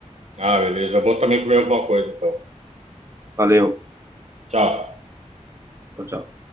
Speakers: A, on the right; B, on the right.
A: Ah, beleza. Eu vou também comer alguma coisa então.
B: Valeu.
A: Tchau.
B: Tchau, tchau.